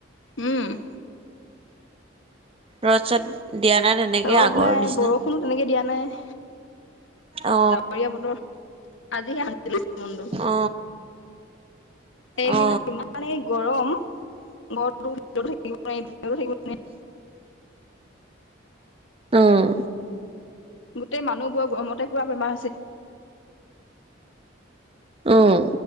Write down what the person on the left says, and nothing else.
উম।
ৰ'দ
নাই,
বৰষুণো তেনেকে দিয়া নাই।
ডাৱৰীয়া বতৰ আজিহে শান্তি লাগিছে মনটো
এইকেইদিনটো
ইমানেই গৰম। ঘৰটোৰ ভিতৰতো থাকিব নোৱাৰি, বাহিৰটো থাকিব নোৱাৰি।
গোটেই মানুহবোৰৰ গৰমতে পুৰা বেমাৰ হৈছে।